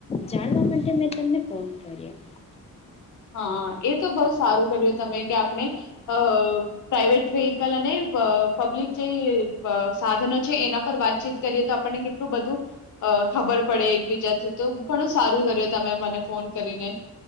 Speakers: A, on the left; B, on the left.
A: જાણવા માટે મેં તમને ફોન કર્યો.
B: હા, એ તો બહુ સારું કર્યું તમે, કે આપણે અ પ્રાાઈવેટ વેહીકલ અને પબ્લિક જે સાધનો છે એના પર વાતચીત કરીએ તો આપણને કેટલું બધું અ ખબર પડે એકબીજાથી. તો ઘણું સારું કર્યું. તમે મને ફોન કરીને